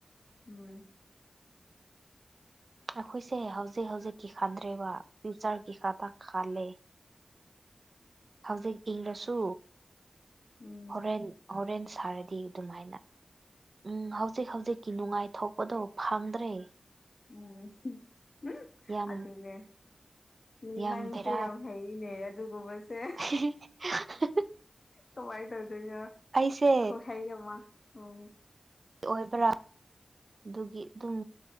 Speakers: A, on the left (about 55°); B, on the right (about 55°).
A: ꯎꯝ
B: ꯑꯩꯈꯣꯏꯁꯦ ꯍꯧꯖꯤꯛ ꯍꯧꯖꯤꯛꯀꯤ ꯈꯟꯗ꯭ꯔꯦꯕ ꯏꯟꯆꯥꯔꯀꯤ ꯈꯛꯇꯪ ꯈꯜꯂꯦ ꯍꯧꯖꯤꯛ ꯏꯔꯁꯨ
A: ꯎꯝ
B: ꯍꯣꯔꯦꯟ ꯍꯣꯔꯦꯟ ꯁꯥꯔꯗꯤ ꯑꯗꯨꯃꯥꯏꯅ ꯎꯝ ꯍꯧꯖꯤꯛ ꯍꯧꯖꯤꯛ ꯀꯤ ꯅꯨꯡꯉꯥꯏꯊꯣꯛꯄꯗꫭ ꯐꯪꯗ꯭ꯔꯦ
A: ꯎꯝ ꯍꯝ ꯍꯝ
B: ꯌꯥꯝ
A: ꯑꯗꯨꯅꯦ ꯎꯝ
B: ꯌꯥꯝ
A: ꯅꯪꯁꯦ
B: ꯕꯦꯔꯥ
A: ꯌꯥꯝ ꯍꯩꯅꯦ ꯑꯗꯨꯒꯨꯝꯕꯁꯦ
B: ꯎ <unintelligible> <unintelligible>
A: ꯀꯃꯥꯏ ꯇꯧꯗꫭꯏꯅꫭ
B: ꯑꯩꯁꯦ
A: ꯈꯨꯍꯩ ꯑꯃ ꯎꯝ
B: ꯑꯣꯏꯕ꯭ꯔꯥ ꯑꯗꯨꯒꯤ ꯑꯗꯨꯝ